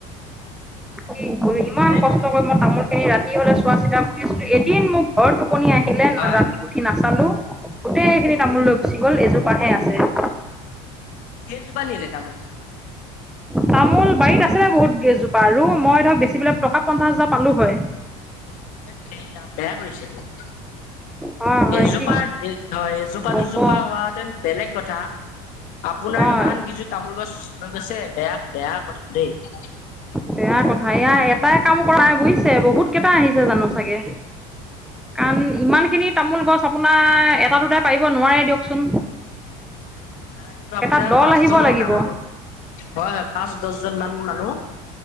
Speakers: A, in the centre; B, on the left.
A: কি কইম? ইমান
B: সেইটোৱে
A: কষ্ট কৰি মই তামোলখিনি ৰাতি হলে চোৱা - চিতা কৰি আছিলোঁ এদিন মোক ভৰ টোপনি আহিলে
B: হয়
A: ৰাতি উঠি নাচালোঁ গোটেইখিনি
B: হয়
A: তামোল লৈ গুচি গ'ল এজোপাহে আছে।
B: কেইজোপা নিলে তামোল?
A: তামোল বাৰীত আছিলে বহুত গেইজোপা আৰু মই ধৰক বেছি বিলাক টকা পঞ্চাছ হাজাৰ পালো হয়।
B: তেত তেৰিকা বেয়া কৰিছে তো।
A: হয় হয়
B: এজোপা
A: কি
B: এ হয় এজোপা,
A: কব
B: দুজোপা হোৱাহেতেন বেলেগ কথা আপোনাৰ
A: হয়
B: ইমান কিজু তামোল গছ লৈ গৈছে বেয়া -বেয়া কথা দেই।
A: বেয়া কথা এয়া এটাই কাম কৰা <unintelligible> বুইছে বহুত কেইটা আহিছে জানো চাগে। কাৰণ ইমানখিনি তামোল গছ আপোনাৰ এটা দুটাই পাৰিব নোৱাৰে দিয়কচোন
B: নাই এইটো আপোনাৰ
A: এটা দল
B: পাঁচজনৰ
A: আহিব লাগিব
B: কাম হ'ব হয় -হয় পাঁচ, দছজনমান মানুহ